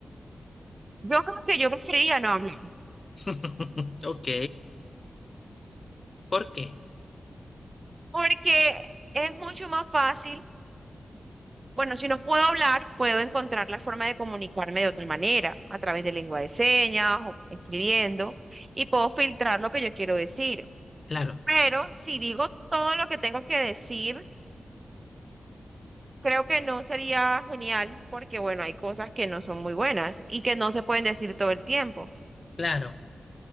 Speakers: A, on the right; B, on the left.
A: Yo creo que yo preferiría no hablar,
B: <laughs> Ok, ¿por qué?
A: porque es mucho más fácil. Bueno, si no puedo hablar, puedo encontrar la forma de comunicarme de otra manera, a través de lengua de señas o escribiendo, y puedo filtrar lo que yo quiero decir.
B: Claro,
A: Pero si digo todo lo que tengo que decir, Creo que no sería genial porque, bueno, hay cosas que no son muy buenas y que no se pueden decir todo el tiempo.
B: claro,